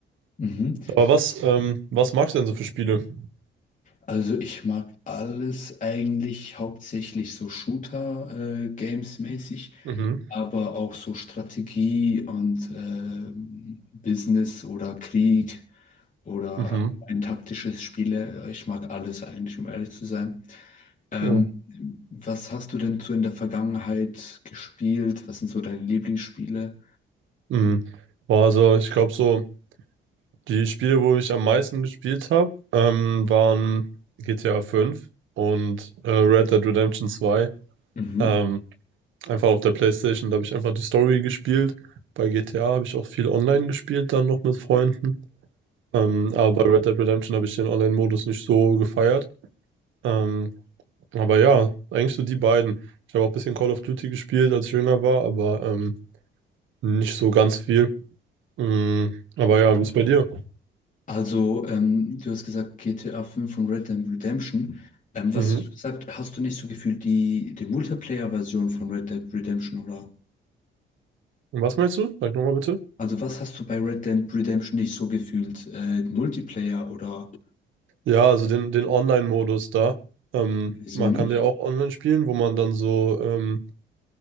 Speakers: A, on the left; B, on the right.
A: mhm.
B: Aber was, ähm, was magst du denn so für Spiele?
A: Also ich mag alles eigentlich, hauptsächlich so Shooter-Games-mäßig,
B: Mhm.
A: aber auch so Strategie und ähm, Business oder Krieg oder
B: Mhm.
A: ein, ein taktisches Spiele. Ich mag alles eigentlich, um ehrlich zu sein. Ähm,
B: Ja.
A: was hast du denn so in der Vergangenheit gespielt? Was sind so deine Lieblingsspiele?
B: Mhm. Boah, also ich glaube so, die Spiele, wo ich am meisten gespielt habe, ähm, waren GTA 5 und äh, Red Dead Redemption 2.
A: Mhm.
B: Ähm, einfach auf der PlayStation, da habe ich einfach die Story gespielt. Bei GTA habe ich auch viel online gespielt, dann noch mit Freunden. Ähm, aber bei Red Dead Redemption habe ich den Online-Modus nicht so gefeiert. Ähm, aber ja, eigentlich so die beiden. Ich habe auch ein bisschen Call of Duty gespielt, als ich jünger war, aber ähm, nicht so ganz viel. Mhm. Aber ja, wie ist bei dir?
A: Also, ähm, du hast gesagt GTA 5 und Red Dead Redemption. Ähm, was
B: Mhm.
A: hast du gesagt, hast du nicht so gefühlt die, die Multiplayer-Version von Red Dead Redemption oder?
B: Und was meinst du? Sag nochmal bitte.
A: Also, was hast du bei Red Dead Redemption nicht so gefühlt? Äh, Multiplayer oder
B: Ja, also den, den Online-Modus da. Ähm,
A: wieso
B: man
A: nicht?
B: kann ja auch online spielen, wo man dann so, ähm,